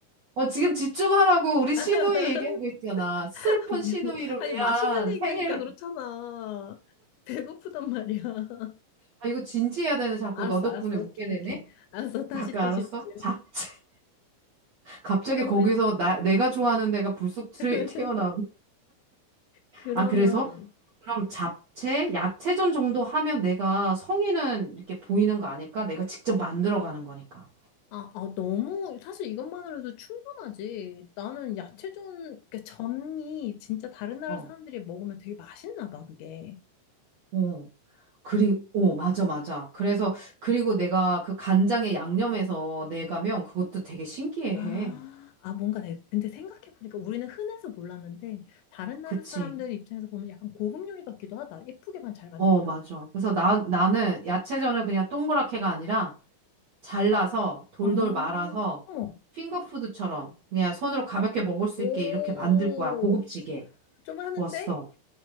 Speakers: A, on the right; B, on the left.
A: 어, 지금 집중하라고 우리
B: <laughs>
A: 신우이 얘기하고 있잖아. 슬픈
B: 미안해.
A: 신우이를
B: 아니
A: 위한
B: 맛있는
A: 생일.
B: 얘기하니까 그렇잖아. 배고프단 말이야. <laughs>
A: 아, 이거 진지해야 되네. 자꾸
B: 알았어,
A: 너 덕분에
B: 알았어.
A: 웃게
B: 오케이,
A: 되네.
B: 오케이. 알았어. 다시
A: 잠깐
B: 또
A: 알았어?
B: 집중.
A: 잡채. 갑자기
B: 그러면
A: 거기서 나, 내가 좋아하는 데가 불쑥 트레-
B: <laughs>
A: 튀어나온.
B: 그러면
A: 아, 그래서? 그럼 잡채, 야채전 정도 하면 내가 성의는 이렇게 보이는 거 아닐까? 내가 직접 만들어 가는 거니까.
B: 아, 아, 너무 사실 이것만으로도 충분하지. 나는 야채전 그러니까 전이 진짜 다른 나라
A: 어.
B: 사람들이 먹으면 되게 맛있나 봐, 그게.
A: 어, 그리, 어, 맞아, 맞아. 그래서, 그리고 내가 그 간장에 양념해서 내가면 그것도 되게 신기해.
B: 아, 아, 뭔가 내, 근데 생각해보니까 우리는 흔해서 몰랐는데, 다른 나라
A: 그치?
B: 사람들 입장에서 보면 약간 고급 요리 같기도 하다. 예쁘게만 잘 만들면.
A: 어, 맞아. 그래서 나, 나는 야채전을 그냥 동그랗게가 아니라 잘라서 돌돌
B: 어,
A: 말아서
B: 어머.
A: 핑거푸드처럼 그냥 손으로 가볍게 먹을 수
B: 오,
A: 있게 이렇게 만들 거야. 고급지게.
B: 좀 하는데?
A: 좋았어.